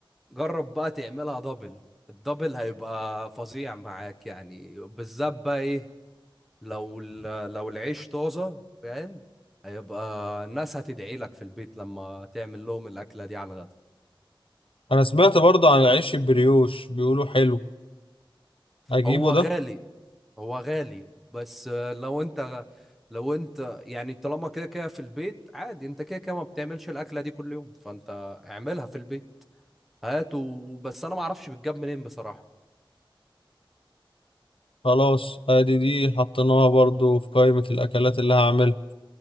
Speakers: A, in the centre; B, on the left.
A: جرب بقى تعملها دبل الدبل هيبقى فظيع معاك يعني بالذات بقى ايه لو ال- لو العيش طازة فاهم هيبقى الناس هتدعي لك في البيت لما تعمل لهم الأكلة دي على الغدا
B: انا سمعت برضه عن العيش البريوش بيقولوا حلو اجيبه
A: هو
B: ده
A: غالي هو غالي بس آه، لو انت لو انت يعني طالما كده كده في البيت عادي انت كده كده ما بتعملش الأكلة دي كل يوم فانت اعملها في البيت هاته بس انا ما اعرفش بتجاب منين بصراحة
B: خلاص ادي دي حطيناها برضه في قائمة الاكلات اللي هعملها